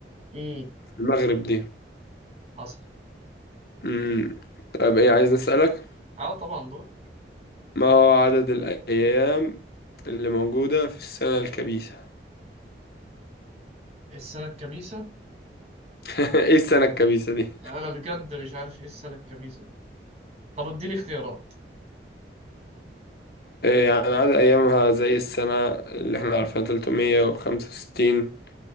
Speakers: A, on the right; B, on the left.
A: امم
B: المغرب دي
A: حصل
B: امم طب ايه عايز نسألك
A: اه طبعا دور
B: ما هو عدد الايام اللي موجودة في السنة الكبيسة
A: السنة الكبيسة
B: <laughs> ايه السنة الكبيسة دي
A: لا، انا بجد مش عارف ايه السنة الكبيسة دي طب اديني اختيارات
B: إيه يعني عدد ايامها زي السنة اللي احنا عارفينها 365